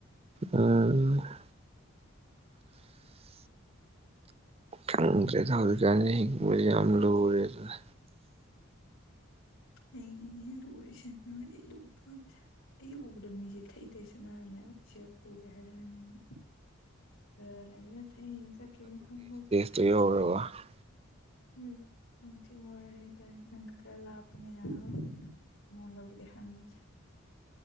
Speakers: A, on the right; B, on the left.
A: ꯎꯝ <unintelligible> ꯈꯪꯗ꯭ꯔꯦꯗ ꯍꯧꯖꯤꯛꯀꯥꯟ ꯍꯤꯡꯕ ꯌꯥꯝ ꯂꯨꯔꯦꯗꯅ
B: ꯑꯩꯅꯤꯅꯦ ꯂꯨꯔꯤꯁꯦ ꯅꯣꯏꯗꯤ ꯂꯨꯄꯣꯟꯇꯦ ꯑꯩ ꯎꯕꯗ ꯃꯤꯁꯦ ꯊꯩ-ꯊꯩ ꯆꯠꯅꯔꯝꯅꯦ ꯍꯥꯏꯕ ꯁꯦꯜ ꯄꯨꯒꯦ ꯍꯥꯏꯔꯛꯑꯅꯤꯅ ꯈꯔ ꯂꯩꯔ ꯊꯩ ꯆꯠꯈꯤꯕ꯭ꯔꯥ ꯈꯪꯄꯣꯟꯇꯦ
A: ꯑꯗꯨ <unintelligible> ꯑꯣꯏꯔꯔꯕ <unintelligible>
B: ꯎꯝ <unintelligible> ꯌꯥꯝꯊꯤ ꯋꯥꯔꯦ ꯍꯥꯏꯇꯥꯔꯦ ꯅꯪꯅ ꯈꯔ ꯂꯥꯞꯄꯅꯦꯅ ꯑꯩ <unintelligible> ꯅꯉꯣꯟꯗꯕꯨꯗꯤ ꯍꯪꯗꯔꯦ